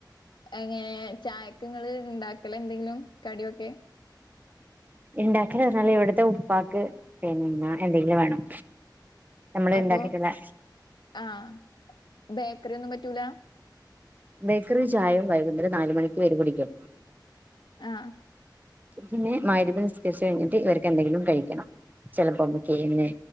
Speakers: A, on the left; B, on the right.
A: അങ്ങനെ ചായക്ങ്ങള് ഇണ്ടാക്കലേന്തെങ്കിലും കടിയൊക്കെ?
B: ഇണ്ടാക്കല്പറഞ്ഞാല് ഇവിടത്തെ ഉപ്പാക്ക് പിന്നെ എന്തെങ്കിലും വേണം. നമ്മള്
A: അപ്പൊ
B: ഇണ്ടാക്കിട്ടുള്ള
A: ആഹ ബേക്കറി ഒന്നും പറ്റൂല?
B: ബേക്കറീം ചായയും വൈകുന്നേരം നാലുമണിക്ക് കേരി കുടിക്കും
A: ആ
B: പിന്നെ മഗ്രിബ് നിസ്കരിച്ചഴിഞ്ഞിട്ട് ഇവർക്ക് എന്തെങ്കിലും കഴിക്കണം ചെലപ്പം കേങ്ങ്